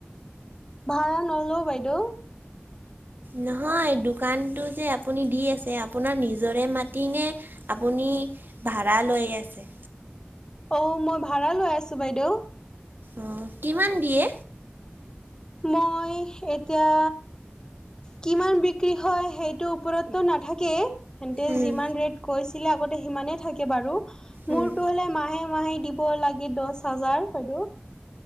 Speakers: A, on the left; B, on the right.
A: ভাড়া নলওঁ বাইদেউ।
B: নহয় দুকানটো যে আপুনি দি আছে নিজৰে মাতি নে, আপুনি ভাড়া লৈ আছে?
A: অ মই ভাড়া লৈ আছো বাইদেউ।
B: অ কিমান দিয়ে?
A: মই এতিয়া কিমান বিক্ৰী হয় সেইটো ওপৰতটো নাথাকেই সিহঁতে
B: উম,
A: যিমান ৰেট কৈছিলে আগতে সিমানে থাকে বাৰু
B: উম।
A: মোৰতো হ'লে মাহে মাহে দি বৈ লাগিব দহ হাজাৰ বাইদেউ।